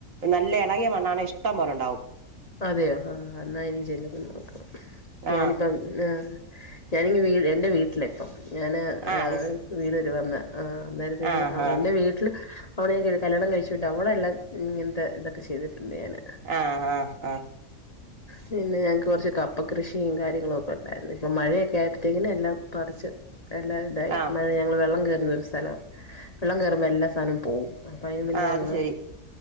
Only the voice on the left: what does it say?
അതെയോ ആഹ അന്ന ഇനി ചെല്ലുമ്പം നോക്കണംഞാനിപ്പം
ആ ഞാനിങ്ങ് വീഴെ ൻ്റെ വീട്ടിലിപ്പം ഞാനാ ആ
വീടരു വന്ന- ആ അന്നേരത്തേക്കിന്
എൻറെ വീട്ടില്- അവിടെ ഞാൻ കല്യാണം കഴിച്ചിട് അടെല്ലാം ഇങ്ങനത്തെ ഇതക്കെ ചെയ്തിട്ടണ്ട്ഞാന്-
പിന്നെ ഞങ്ങക്ക് കുറച്ച് കപ്പ കൃഷിയും കാര്യങ്ങളും ഒക്കെ ഒണ്ടായിരുന്നു ഇപ്പ മഴയൊക്കെ ആയപ്പോത്തേക്കിന് എല്ലാം പറിച്ച്- എല്ലാ ഇതായി
മഴഞങ്ങള് വെള്ള കേറ് സ്ഥലമാ വെള്ളം കേറുമ്പോ എല്ലാ സാധനവും പോവും- അപ്പ അതിന് മുന്നേ
ഞങ്ങള്-